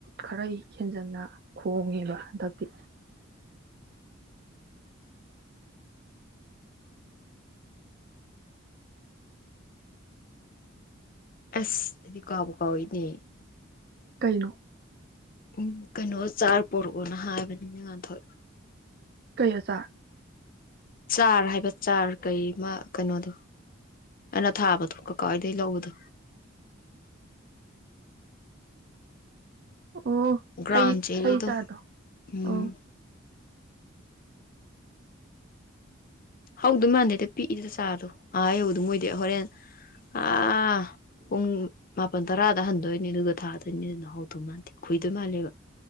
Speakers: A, on the right (about 55°); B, on the left (about 45°).
A: ꯈꯔꯩ ꯍꯦꯟꯖꯟꯅ ꯈꯣꯡꯉꯦꯕ ꯍꯟꯗꯛꯇꯤ
B: ꯑꯁ ꯑꯩꯗꯤ ꯀꯥꯎꯕꯨ ꯀꯥꯎꯏꯅꯦ
A: ꯀꯩꯅꯣ
B: ꯎꯝ ꯀꯩꯅꯣ ꯆꯥꯔ ꯄꯣꯔꯛꯑꯣꯅ ꯍꯥꯏꯕꯅꯤꯅꯦ ꯉꯟꯊꯣꯏ
A: ꯀꯩ ꯑꯆꯔ
B: ꯆꯥꯔ ꯍꯥꯏꯕ ꯆꯥꯔ ꯀꯩꯃ ꯀꯩꯅꯣꯗꯣ ꯑꯩꯅ ꯊꯥꯕꯗꯣ ꯀꯀꯥ ꯍꯣꯏꯗꯩꯩ ꯂꯧꯕꯗꯣ
A: ꯑꯣ
B: ꯒ꯭ꯔꯥꯎꯟ
A: ꯍꯩ
B: ꯆꯦꯔꯤꯗꯣ
A: ꯍꯩ ꯆꯥꯔꯗꯣ
B: ꯎꯝ
A: ꯑꯣ
B: ꯍꯧꯗꯧ ꯃꯥꯟꯗꯦꯗ ꯄꯤꯛꯏꯗ ꯔꯗꯣ ꯑꯥ ꯌꯧꯕꯗꯥ ꯃꯣꯏꯗꯤ ꯍꯣꯔꯦꯟ ꯑꯥ ꯄꯨꯡ ꯃꯥꯄꯜ ꯇꯔꯥꯗ ꯍꯟꯗꯣꯏꯅꯤ ꯑꯗꯨꯒ ꯊꯥꯗꯣꯏꯅꯤ ꯑꯗꯨꯅ ꯍꯧꯗꯧ ꯃꯥꯥꯟꯗꯦ ꯈꯨꯏꯗꯧ ꯃꯥꯜꯂꯦꯕ